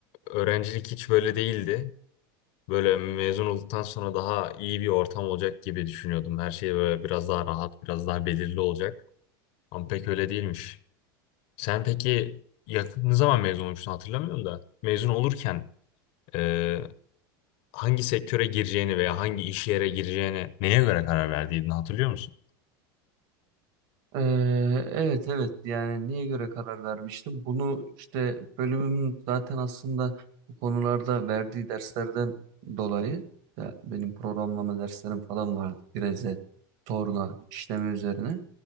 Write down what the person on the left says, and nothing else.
öğrencilik hiç böyle değildi. Böyle mezun olduktan sonra daha iyi bir ortam olacak gibi düşünüyordum. Her şey böyle biraz daha rahat, biraz daha belirli olacak. Ama pek öyle değilmiş. Sen peki yakın ne zaman mezun olmuştun hatırlamıyorum da. Mezun olurken e, hangi sektöre gireceğini veya hangi iş yere gireceğini neye göre karar verdiğini hatırlıyor musun?